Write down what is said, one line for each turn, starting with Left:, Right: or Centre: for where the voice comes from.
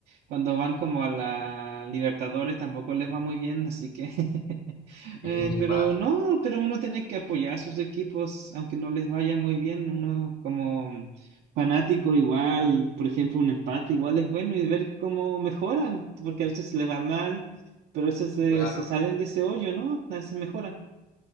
Right: cuando van como a la Libertadores tampoco les va muy bien, así que... <laughs> eh,
Left: Mm,
Right: pero
Left: vale,
Right: no, pero uno tiene que apoyar a sus equipos, aunque no les vaya muy bien, uno como fanático igual, por ejemplo, un empate igual es bueno y ver cómo mejoran, porque a veces le va mal, pero a veces eh,
Left: claro.
Right: se salen de ese hoyo, ¿no? A veces mejoran.